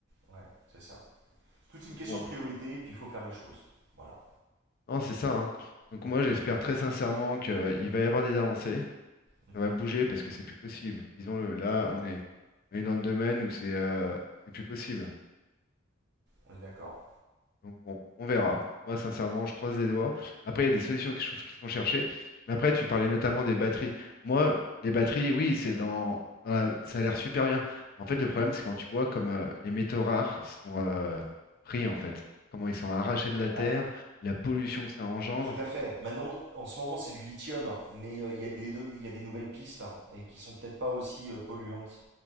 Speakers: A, on the right; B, on the left.
A: Ouais, c'est ça. Toute une
B: Donc
A: question
B: bon,
A: de priorité, et puis il faut faire les choses. Voilà.
B: non, c'est ça, hein. Donc
A: Mhm.
B: moi, j'espère très sincèrement qu'il va y avoir des avancées,
A: Mhm.
B: ça va bouger parce que c'est plus possible. Disons-le, là, on est, on est dans le domaine où c'est euh, c'est plus possible.
A: On est d'accord.
B: Donc bon, on verra. Moi, sincèrement, je croise les doigts. Après, il y a des solutions qui sont qui sont cherchées. Mais après, tu parlais notamment des batteries. Moi, les batteries, oui, c'est dans, dans la- ça a l'air super bien. En fait, le problème, c'est quand tu vois comme euh, les métaux rares sont euh,
A: Mhm.
B: pris, en fait. Comment ils sont arrachés de la terre,
A: Bah,
B: la pollution que ça engendre.
A: Tout à fait. Maintenant, en ce moment, c'est du lithium, hein, mais euh, il y a des, il y a des nouvelles pistes hein, et qui sont peut-être pas aussi euh, polluantes.